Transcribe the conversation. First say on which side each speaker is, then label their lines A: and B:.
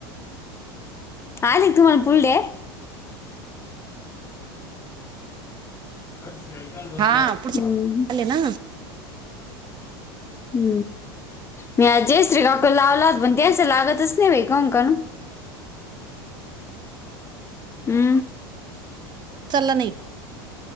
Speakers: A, on the left; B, on the right.
A: आले तुम्हाला पुढले हम्म,
B: हा पुढचे आले ना
A: हू मी आज जयश्री ला लावला पण त्याचं लागतच नाही बाई का कण हू
B: उचलला नाही